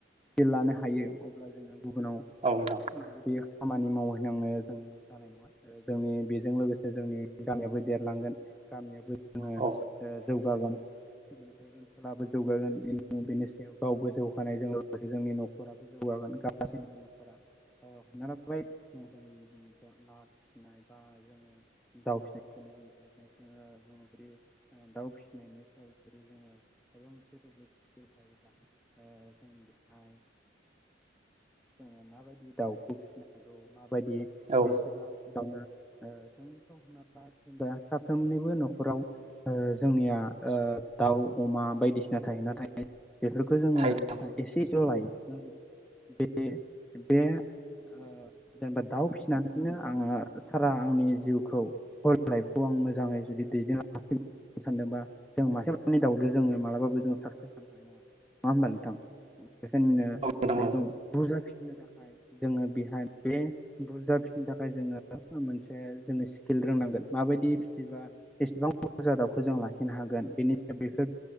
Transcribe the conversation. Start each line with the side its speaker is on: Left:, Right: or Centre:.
Centre: स्किल लानो हायो अब्ला जोङो गुबुनाव
Right: औ नोंथां
Centre: बे खामानि मावहैनांनो जों जानाय नङा जोंनि बेजों लोगोसे जोंनि गामियाबो देरलांगोन। गामियाबो जोङो ओ
Right: औ
Centre: जौगागोन बेनिफ्राय ओनसोलाबो जौगागोन बेनि सायाव गावबो जौगानायजों लोगोसे जोंनि न'खराबो जौगागोन गासैनिबो न'खरा ओ हमना लाबाय जों ना फिनाय बा जोङो दाउ फिसिनायखौनो बुंनो थसै जों जुदि दाउ फिसिनायनि सायाव जुदि जोङो मायबा मोनसे स्केल थायोब्ला ओ जों बेहाय जोङो माबायदि दाउखौ फिसिनांगौ। बायदि
Right: औ
Centre: बेसेबां <unintelligible> साफ्रोमनिबो न'खराव ओ जोंनिया ओ दाउ अमा बायदिसिना थायो नाथाय- बेफोरखौ जोङो
Right: थायो
Centre: एसे ज' लायो। बे बे ओ जेनेबा दाउ फिसिनानैनो आङो सारा आंनि जिउखौ हल लाइफखौ आं मोजां। मोजाङै जुदि दैदेन सानदोंबा जों मासे दाउदो जोङो मालाबाबो जों साकसेस जानो हानाय नङा नङा होमबा नोंथां बेखायनो
Right: औ नोंथां
Centre: बेखौ बुरजा फिसिनो थाखाय जोङो बेहाय बे बुरजा फिनो थाखाय जोङो मोनसे जोङो स्किल रोंनांगोन माबायदि। एबा एसेबां बुरजा दाउखौ जों लाखिनो हागोन, बेनि बेफोर